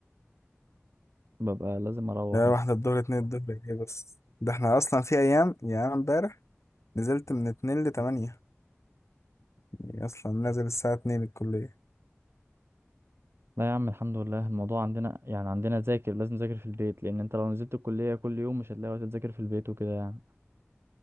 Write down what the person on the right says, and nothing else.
ببقى لازم اروح
يعني
لا يا عم الحمد لله الموضوع عندنا يعني عندنا ذاكر لازم نذاكر في البيت لان انت لو نزلت الكلية كل يوم مش هتلاقي وقت تذاكر في البيت وكده يعني